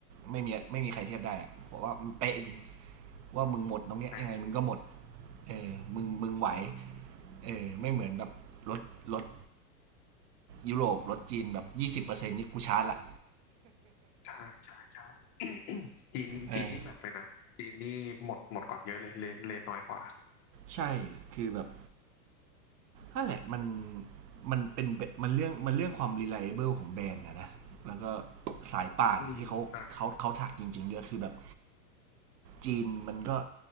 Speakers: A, on the right (about 75°); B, on the left (about 30°).
A: ไม่มีไม่มีใครเทียบได้อะเพราะว่ามันเป๊ะจริงว่ามึงหมดตรงเนี้ยยังไงมึงก็หมด
B: ใช่
A: เออมึงมึงไหวเออไม่เหมือนแบบรถรถยุโรปรถจีนแบบยี่สิบเปอร์เซ็นต์นี่กูชาร์จละ
B: ใช่ใช่ใช่ <coughs> จีนจีนนี่หนักเลยนะจีนนี่หมดหมดก่อนเยอะเลยเลนเลนน้อยกว่า
A: เออใช่ คือแบบนั่นแหละมันมันเป็นมันเรื่องมันเรื่องความ reliable ของแบรนด์นะนะ แล้วก็สายป่านที่เขาเขาเขาถักจริงๆด้วยคือแบบ
B: อืมใช่
A: จีนมันก็